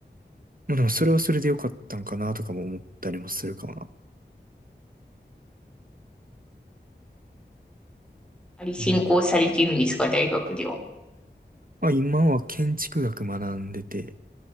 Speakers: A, on the right (about 50°); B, in the centre.
A: まあでもそれはそれでよかったんかなとかも思ったりもするかもな。
B: あれ、進行されてるんですか大学では。
A: うんまあ今は建築学学んでて、